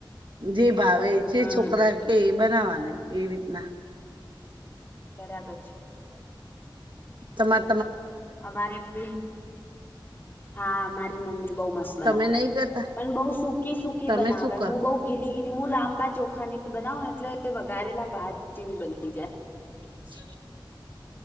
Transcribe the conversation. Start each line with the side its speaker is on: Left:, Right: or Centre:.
Right: જે ભાવે જે
Left: હમ
Right: છોકરા કે એ બનાવાની એ રીતના
Left: બરાબર છે
Right: તમાર
Left: અમારે બી હા મારી મમ્મી બઉ મસ્ત બનાવે
Right: તમે નહી કરતા
Left: પણ બઉ સૂકી સૂકી
Right: તમે
Left: બનાવે
Right: શું કરો
Left: હું બઉ ગીલી ગીલી હું લાંબા ચોખાની બનાવ ને એટલે વ ઘારેલા ભાત જેવી બની જાય
Right: શ